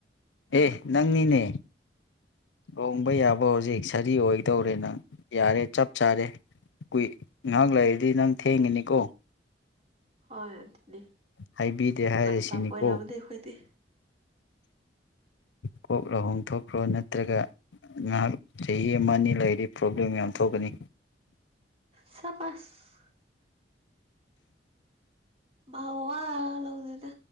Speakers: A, on the left; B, on the right.
A: ꯑꯦ ꯅꯪꯅꯤꯅꯦ ꯍꯣꯡꯕ ꯌꯥꯕ ꯍꯧꯖꯤꯛ ꯁꯥꯔꯤ ꯑꯣꯏꯗꯧꯔꯦ ꯅꯪ ꯌꯥꯔꯦ ꯆꯞ ꯆꯥꯔꯦ ꯀꯨꯏ ꯉꯥꯏꯍꯥꯛ ꯂꯩꯔꯗꯤ ꯅꯪ ꯊꯦꯡꯒꯅꯤꯀꯣ
B: ꯍꯣꯏ ꯑꯗꯨꯇꯅꯦ
A: ꯍꯥꯏꯕꯤꯗꯦ ꯍꯥꯏꯔꯤꯁꯤꯅꯤꯀꯣ
B: ꯃꯇꯝ ꯑꯣꯏꯔꯕꯅꯦ ꯑꯩꯈꯣꯏꯗꯤ
A: ꯀꯣꯛ ꯂꯥꯎꯍꯣꯡ ꯊꯣꯛꯈ꯭ꯔꯣ ꯅꯠꯇ꯭ꯔꯒ ꯉꯥꯏꯍꯥꯛ ꯆꯍꯤ ꯑꯃ ꯑꯅꯤ ꯂꯩꯔꯤ ꯄ꯭ꯔꯣꯕ꯭ꯂꯦꯝ ꯌꯥꯝ ꯊꯣꯛꯀꯅꯤ
B: ꯆꯕꯥꯁ ꯃꯥ ꯋꯥ ꯍ ꯂꯧ ꯍꯧꯗꯗ